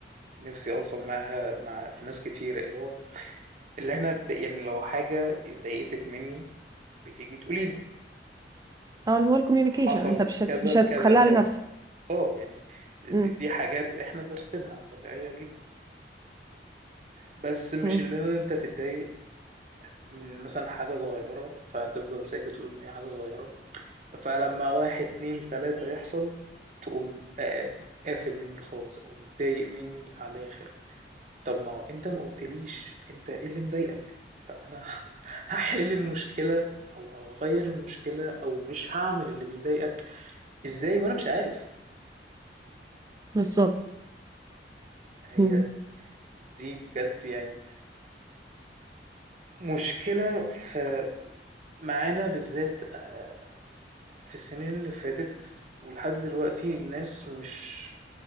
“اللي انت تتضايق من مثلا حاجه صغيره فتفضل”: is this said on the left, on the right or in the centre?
Right